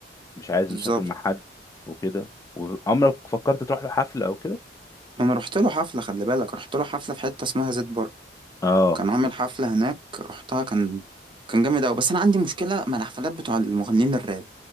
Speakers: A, on the left (about 20°); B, on the right (about 25°).
A: مش عايز
B: بالظبط
A: مشاكل مع حد وكده وعمرك فكرت تروح له حفلة او كده
B: أنا رحت له حفلة خلي بالك رحت له حفلة في حتة اسمها زيت بر
A: اه
B: كان عامل حفلة هناك رحتها كان كان جامد أوي بس أنا عندي مشكلة مع الحفلات بتوع المغنيين الراب